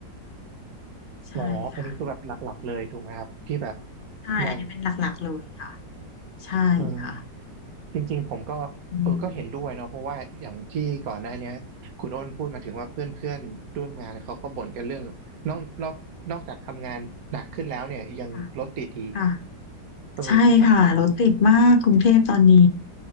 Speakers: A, on the left (about 65°); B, on the right (about 55°).
A: ใช่ค่ะ
B: อ๋ออันนี้คือแบบหลักๆเลยถูกไหมครับที่แบบ
A: ใช่อันนี้เป็นหลักๆเลยค่ะ
B: นั่น
A: ใช่ค่ะ
B: อืม จริงๆผมก็เออก็เห็นด้วยเนาะเพราะว่าอย่างที่ก่อนหน้าเนี้ยคุณอ้นพูดมาถึงว่าเพื่อนๆร่วมงานเขาก็บ่นกันเรื่องนอกนอกนอกจากทำงานหนักขึ้นแล้วเนี่ยยังรถติดอีก
A: อืมค่ะค่ะ
B: เอออ่ะ
A: ใช่ค่ะรถติดมากกรุงเทพตอนนี้